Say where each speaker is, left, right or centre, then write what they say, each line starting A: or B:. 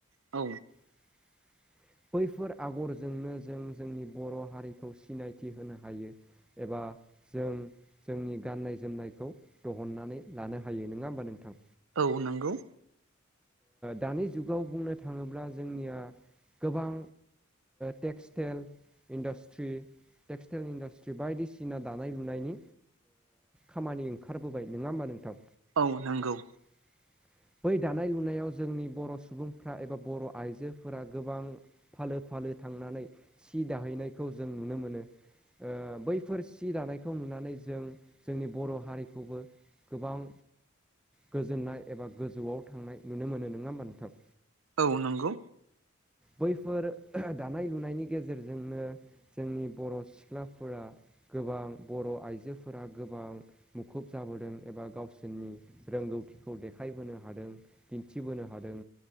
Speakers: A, on the right (about 75°); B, in the centre.
A: औ
B: <inaudible> बैफोर आगरजोंनो जों जोंनि बर' हारिखौ सिनायथि होनो हायो। एबा जों जोंनि गाननाय जोमनायखौ दिहुननानै लानो हायो नंङा होमबा नोंथां?
A: औ नंगौ
B: दानि जुगाव बुंनो थांङोब्ला जोंनिया गोबां टेक्सटेल इन्डासट्रि टेक्सटाइल इन्डासट्रि बायदिसिना दानाय लुनायनि खामानि ओंखारबोबाय नंङा होमबा नोंथां।
A: औ नांगौ।
B: <inaudible> बै दानाय लुनायाव जोंनि बर' सुबुंफ्रा एबा बर' आइजोफोरा गोबां फालो फालो थांनानै सि दाहैनायखौ जों नुनो मोनो। बैफोर सि दानायखौ नुनानै जों जोंनि बर' हारिखौबो। गोबां। गोजोननाय एबा गोजौआव थांनाय नुनो मोनो नंङा होमबा नोंथां।
A: औ नंगौ। नंगौ
B: बैफोर दानाय लुनायनि गेजेरजोंनो। जोंनि बर' सिख्लाफोरा गोबां बर' आइजोफोरा गोबां मुखुब जाबोदों एबा गावसोरनि रोंगौथिखौ देखायबोनो हादों दिन्थिबोनो हादों।